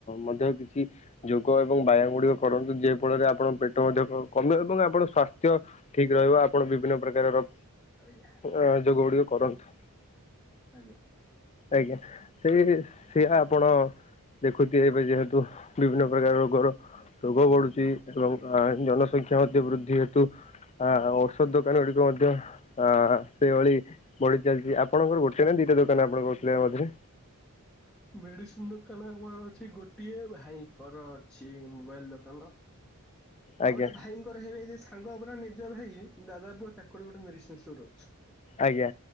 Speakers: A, on the left; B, in the centre.
A: ମଧ୍ୟ କିଛି ଯୋଗ ଏବଂ ବ୍ୟାୟାମ ଗୁଡିକ କରନ୍ତୁ ଯେ ଯେ ଫଳରେ ଆପଣଙ୍କ ପେଟ ମଧ୍ୟ କ-କମିବ ଏବଂ ଆପଣ ସ୍ୱାସ୍ଥ୍ୟ ଠିକ ରହିବ ଆପଣ ବିଭିନ୍ନ ପ୍ରକାରର।
B: ଆଜ୍ଞା
A: ଅ ଯୋଗ ଗୁଡିକ କରନ୍ତୁ।
B: ଆଜ୍ଞା।
A: ଆଜ୍ଞା ସେଇ ସେଆ ଆପଣ। ଦେଖୁଥିବେ ଏବେ ଯେହେତୁ ବିଭିନ୍ନ ପ୍ରକାରର ରୋଗର। ରୋଗ ବଢୁଛି ଏବଂ ଅ ଜନସଂଖ୍ୟା ମଧ୍ୟ ବୃଦ୍ଧି ହେତୁ। ଆ ଔଷଧ ଦୋକାନ ଗୁଡିକ ମଧ୍ୟ ଆ ସେଇଭଳି ବଢି ଚାଲିଛି ଆ ଆପଣଙ୍କର ଗୋଟେ ନା ଦିଇଟା ଦୋକାନ ଆପଣ କହୁଥିଲେ ମଝିରେ।
B: ମେଡିସିନ ଦୋକାନ ଆମର ଅଛି ଗୋଟିଏ ଭାଇଙ୍କର ଅଛି ମୋବାଇଲ ଦୋକାନ।
A: ଆଜ୍ଞା
B: ଆଉ ଗୋଟେ ଭାଇଙ୍କର ହେବେ ଯେ ସାଙ୍ଗ ପରା ନିଜ ଭାଇ। ବ ତାଙ୍କର ଗୋଟେ ମେଡିସିନ ଷ୍ଟୋର।
A: ଆଜ୍ଞା